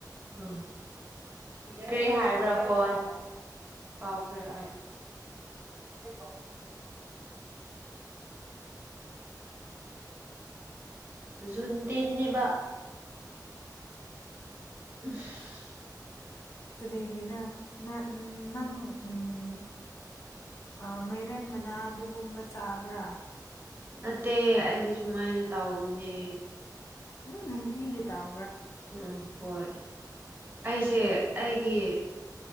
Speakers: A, on the right; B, on the left.
A: <unintelligible> ꯀ꯭ꯔꯤ ꯍꯥꯏꯕ꯭ꯔꯥ ꯐꯣꯟ ꯀꯥꯎꯈ꯭ꯔꯦ ꯑꯩ <unintelligible> ꯖꯨꯟ ꯇꯤꯟꯅꯦꯕ <inaudible>
B: ꯀꯔꯤꯒꯤꯔ ꯅꯥ ꯅꯪ ꯎꯝ ꯑꯥ ꯃꯩꯔꯦꯟ ꯃꯅꯥ ꯗꯨꯒꯨꯝꯕ ꯆꯥꯕ꯭ꯔꯥ
A: ꯅꯠꯇꯦ ꯑꯩꯗꯤ ꯁꯨꯃꯥꯏꯅ ꯇꯧꯕꯅꯦ
B: ꯑꯗꯨꯝ ꯅꯨꯡꯇꯤꯂꯤꯒꯤ ꯇꯥꯎ
A: ꯑꯥ ꯍꯣꯏ ꯑꯩꯁꯦ ꯑꯩꯒꯤ